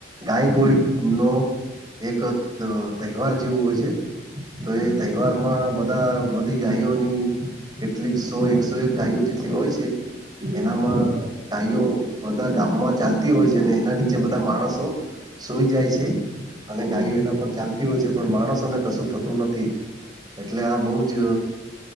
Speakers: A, on the right; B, on the right.
A: ગાય <unintelligible> એક તહેવાર જેવું હોય છે તો
B: હમ
A: એ તહેવારમાં બ બધી ગાયોની કેટલી સો એક સો એક ગાયો જેટલી હોય છે.
B: હમ
A: એનામાં ગાઈઓ બધા ચાલતી હોય છે અને નીચે બધા માણસો સુઈ જાય છે અને
B: હમ
A: ગાયો એના પર ચાલતી હોય છે. પણ માણસોને કશું થતું નથી એટલે આ બહુ જ